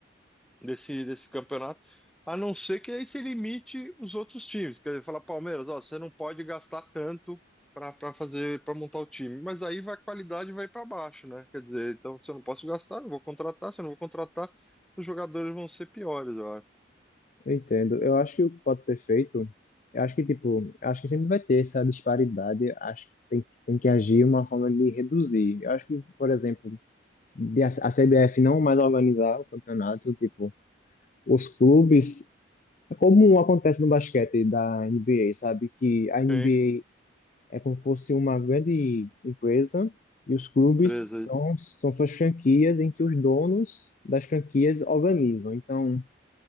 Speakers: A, in the centre; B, on the left.
A: desse, desse campeonato, a não ser que aí se limite os outros times. Quer dizer, falar, Palmeiras, ó, você não pode gastar tanto para para fazer, para montar o time. Mas aí vai, a qualidade vai para baixo, né? Quer dizer, então se eu não posso gastar, eu vou contratar, se eu não vou contratar, os jogadores vão ser piores, eu acho.
B: eu entendo. Eu acho que o que pode ser feito, eu acho que, tipo, eu acho que sempre vai ter essa disparidade, eu acho que tem, que- tem que agir uma forma de reduzir. Eu acho que, por exemplo, de a a CBF não mais organizar o campeonato, tipo, os clubes É Como acontece no basquete da NBA, sabe? Que a NBA
A: Sim,
B: é como se fosse uma grande empresa e os clubes
A: beleza.
B: são, são suas franquias em que os donos das franquias organizam. Então,